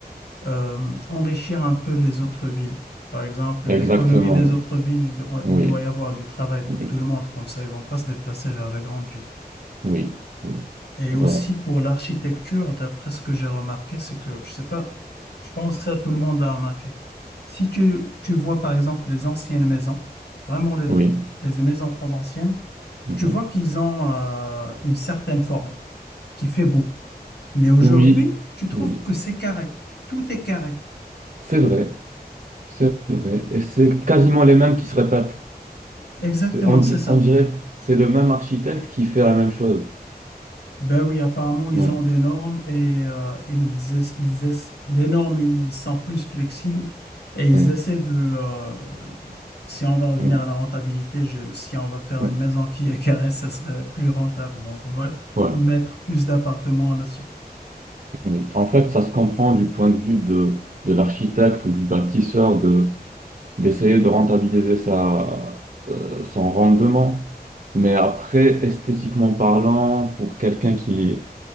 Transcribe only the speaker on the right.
Exactement,
oui.
Oui,
oui, oui.
Pour,
euh,
oui.
mhm.
Oui,
oui.
C'est vrai, c'est vrai. Et c'est quasiment les mêmes qui se répètent.
C'est, on, di-
on dirait c'est le même architecte qui fait la même chose.
Oui,
oui,
oui,
oui.
Ouais,
oui. En fait, ça se comprend du point de vue de, de l'architecte ou du bâtisseur d'essayer de rentabiliser sa, euh, son rendement. Mais après, esthétiquement parlant, pour quelqu'un qui,